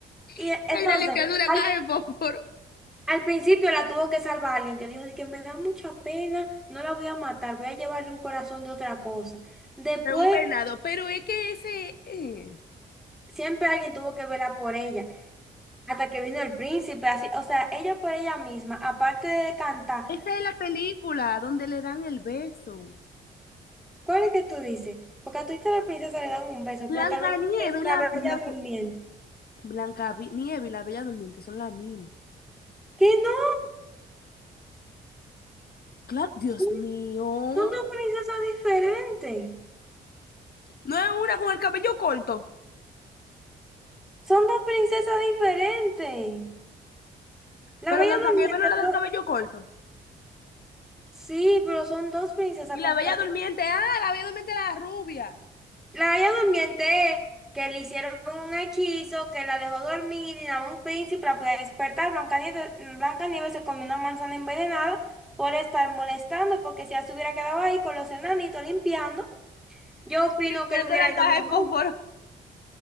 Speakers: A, in the centre; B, on the left.
A: y
B: <laughs>
A: e-
B: Ella
A: entonces,
B: le quedó una
A: al,
B: caja de fósforo.
A: al principio la tuvo que salvar alguien que dijo de que me da mucha pena, no la voy a matar, voy a llevarle un corazón de otra cosa. Después,
B: De un venado. Pero es que ese. eh,
A: siempre alguien tuvo que velar por ella. Hasta que vino el príncipe, así, o sea, ella por ella misma, aparte de cantar,
B: esa es la película donde le dan el beso.
A: ¿cuál es que tú dices? Porque a tu hija la princesa le dan un beso,
B: Blancanieves,
A: pero tal vez tú quieres
B: la
A: la ver
B: misma.
A: ya durmiente.
B: Blanca Nieve y la Bella Durmiente son la misma.
A: ¡Que no!
B: Claro, Dios
A: Son,
B: mío.
A: son dos princesas diferentes.
B: No es una con el cabello corto.
A: Son dos princesas diferentes. La
B: Pero
A: bella
B: Blancanieves
A: durmiente
B: no era
A: fue...
B: del cabello corto.
A: Sí, pero son dos princesas
B: Y
A: completamente.
B: la Bella Durmiente, ah, la Bella Durmiente era la rubia.
A: La Bella Durmiente, que le hicieron un hechizo que la dejó dormir y a un príncipe para poder despertar. Blancanieves, Blancanieves se comió una manzana envenenada por estar molestando, porque si ya se hubiera quedado ahí con los enanitos limpiando, yo opino
B: Sí, que
A: que le
B: es de
A: hubiera
B: la
A: ido
B: caja
A: mejor.
B: de fósforo.